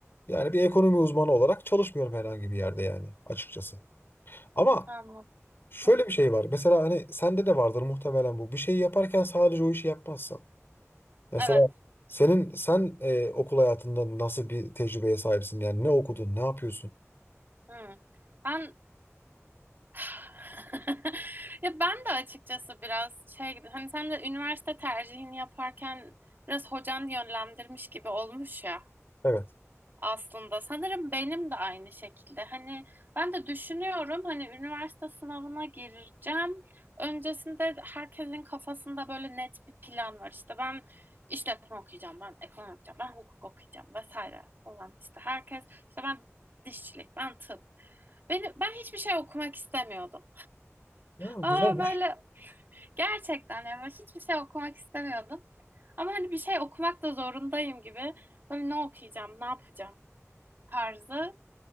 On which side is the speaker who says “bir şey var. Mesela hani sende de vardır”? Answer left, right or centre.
Left